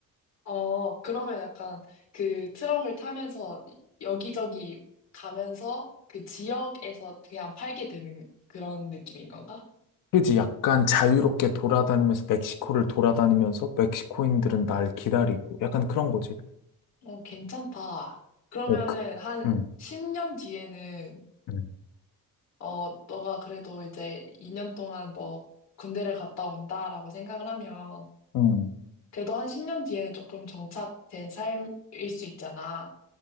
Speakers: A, on the left (about 50°); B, on the left (about 65°).
A: 어, 그러면 약간 그 트럭을 타면서 여기저기 가면서 그 지역에서 그냥 팔게 되는 그런 느낌인 건가?
B: 그지? 약간 자유롭게 돌아다니면서, 멕시코를 돌아다니면서, 멕시코인들은 날 기다리고, 약간 그런 거지.
A: 어, 괜찮다. 그러면은
B: 어, 그,
A: 한
B: 음,
A: 10년 뒤에는
B: 음.
A: 어, 너가 그래도 이제 2년 동안 뭐 군대를 갔다 온다라고 생각을 하면
B: 음.
A: 그래도 한 10년 뒤에는 조금 정착된 삶일 수 있잖아.